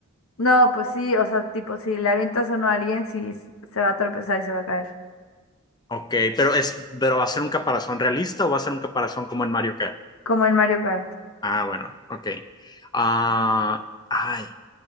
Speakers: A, on the left; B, on the left.
A: no, pues sí, o sea, tipo, si le avientas uno a alguien, sí s- se va a tropezar y se va a caer,
B: Ok, pero es, pero ¿va a ser un caparazón realista o va a ser un caparazón como en Mario Kart?
A: como en Mario Kart.
B: Ah, bueno, ok. Ah, ay,